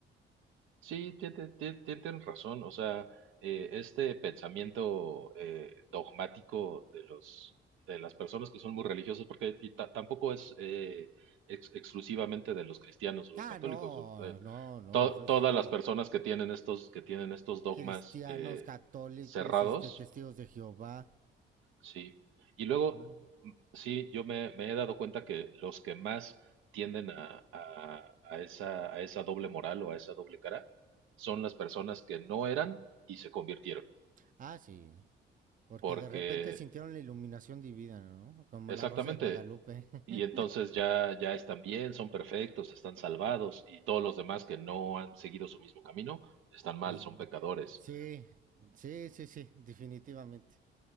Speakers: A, on the right; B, on the right.
A: Sí, tiene- tie- tienen razón. O sea, eh, este pensamiento eh, dogmático de los, de las personas que son muy religiosos, porque y ta- tampoco es eh, ex- exclusivamente de los cristianos o los
B: Ah,
A: católicos.
B: no,
A: o, eh,
B: no, no,
A: to-
B: so-
A: todas
B: so- ay,
A: las personas que tienen estos, que tienen estos dogmas
B: cristianos,
A: eh,
B: católicos,
A: cerrados,
B: este, testigos de Jehová.
A: Sí. Y luego,
B: Mm.
A: mm, sí, yo me, me he dado cuenta que los que más tienden a, a- a esa, a esa doble moral o a esa doble cara son las personas que no eran y se convirtieron.
B: Ah, sí, porque
A: Porque,
B: de repente sintieron la iluminación divina, ¿no? Como
A: exactamente,
B: la Rosa de Guadalupe.
A: y
B: <laughs>
A: entonces ya, ya están bien, son perfectos, están salvados, y todos los demás que no han seguido su mismo camino están mal,
B: Es-
A: son pecadores.
B: Sí, sí, sí, sí, definitivamente.